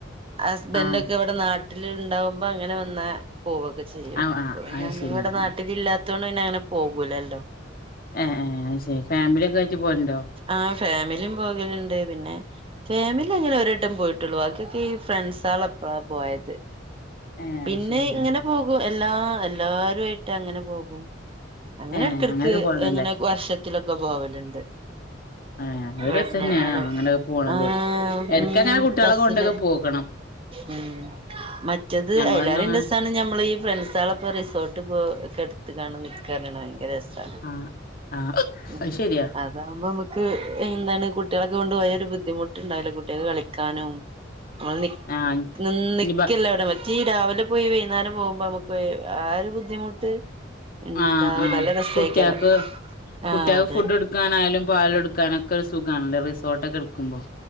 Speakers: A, on the right; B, on the left.
A: ഹസ്ബൻഡഒക്കെ
B: ആ
A: ഇവിടെ നാ നാട്ടില്ഉണ്ടവുമ്പോ അങ്ങനെ വന്നാ പോവൊക്കെ ചെയ്യും
B: ആ
A: ഇപ്പപിന്നെ
B: ആ അത് ശരി
A: നമ്മടെ
B: ആ
A: നാട്ടിലില്ലാ ത്തോണ്ട് പിന്നെ അങ്ങനെ പോകൂലല്ലോ
B: ഏഹ് ഏഹ് ആ ശരി ഫാമിലിയൊക്കെ റ്റിപോലുണ്ടോ?
A: ആഹ് ഫാമിലിയും പോകലുണ്ട് പിന്നെ ഫാമിലിഅങ്ങനെ ഒരെട്ടം പോയിട്ടുള്ളു ബാക്കിയൊക്കെ ഈ ഫ്രണ്ട്സആളാപ്പഴാ പോയത്
B: ഏ
A: പിന്നെ
B: അത് ശരി
A: ഇങ്ങനെ
B: ആ ആ
A: പോകും എല്ലാ എല്ലാരുആയിട്ട് അങ്ങനെ പോകും. അങ്ങനെ
B: ഏ
A: എടക്ക്എടക്ക്
B: അങ്ങനെയൊക്കെ പോവണ്ടല്ലേ
A: എങ്ങനെ വർഷത്തിലൊക്കെ പോവലുണ്ട്.
B: <inaudible> ആഹ് ഞങ്ങള്
A: ഇവിടുന്ന്
B: രസംന്നെയ
A: ആണ്
B: അങ്ങനെയൊക്കെ പോണത്
A: ആഹ്
B: എടക്കഅങ്ങനെകുട്ടികളെ
A: ഉം ബസ്സില്
B: കൊണ്ടൊക്കെ പോകണം.
A: ഉം മറ്റത്
B: ഞങ്ങളൊന്നും
A: അയില്ലാരുംഎന്റെ
B: അങ്ങനെ
A: സ അതാണ് ഞമ്മള് ഈ ഫ്രണ്ട്സ ആള്ഒക്കെ റിസോർട്ട് പോ ഒക്കെ എടുത്ത് കാണാ നിക്കാണ് ഭയങ്കര രസ <unintelligible>
B: ആഹ് ആഹ്
A: ഉംഅതെ
B: അത് ശരിയാ
A: അതകുമ്പോ നമ്മക്ക് എന്താണ് കുട്ടികളൊക്കെ കൊണ്ട് പോയാല് ബുദ്ധിമുട്ട്ണ്ടാവില്ലകുട്ടികൾക്ക് കളിക്കാനും ഓൻ നി
B: ആഹ്
A: നി നിക്കല
B: ഇനി
A: മറ്റേ ഈ രാവിലെ പോയി വൈകുന്നോരം പോകുമ്പോ നമ്മുക്ക് ര് ആരു ബുദ്ധിമുട്ട് ഇണ്ടാവൂല
B: ആഹ് ആഹ്
A: നല്ല രസേക്കാരം
B: കുട്ടിയക്ക്
A: ആഹ്
B: കുട്ടികൾക്ക്
A: അതെ
B: ഫുഡ് എടുക്കാനായാലും പാല് എടുക്കാനൊക്കെ ഒരു സുഖമാണല്ലേ റിസോർട്ടൊക്കെ എടുക്കുപ്പോ?